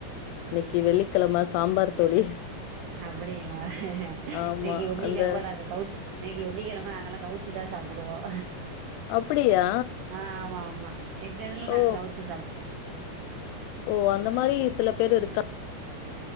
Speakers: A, on the left; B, on the right.
A: இன்னைக்கி வெள்ளிக்கெழமை சாம்பார் தோழி
B: அப்டிங்ளா
A: ஆமா
B: நீங்க வெள்ளிகெழம
A: அந்த
B: நாங்க கவுச் நீங்க வெள்ளிகெழம நாங்கல்லாம் கவுச்ச ச்சுதான் சாப்டுவோம்
A: அப்படியா
B: ஆ ஆமா ஆமா எங்க இதுல
A: ஓ
B: நாங்க கவச்சு சாப்.
A: ஓ அந்த மாரி சில பேரு இருக்காங்.